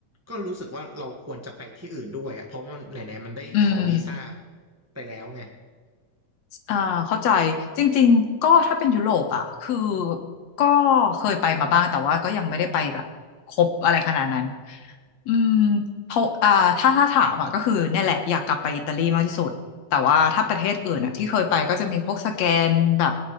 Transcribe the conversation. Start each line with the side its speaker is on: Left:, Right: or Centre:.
Right: ก็รู้สึกว่าเราควรจะไปที่อื่นด้วยอะเพราะมันไหนๆมันได้ขอวีซ่า
Left: อืม
Right: ไปแล้วไง
Left: อ่าเข้าใจจริงๆก็ถ้าเป็นยุโรปอ่ะคือก็เคยไปมาบ้างแต่ว่าก็ยังไม่ได้ไปแบบครบอะไรขนาดนั้นอืมเพราะอ่าถ้าถ้าถามอ่ะก็คือเนี่ยแหละอยากกลับไปอิตาลีมากที่สุดแต่ว่าถ้าประเทศอื่นอ่ะที่เคยไปก็จะมีพวกสแกนแบบ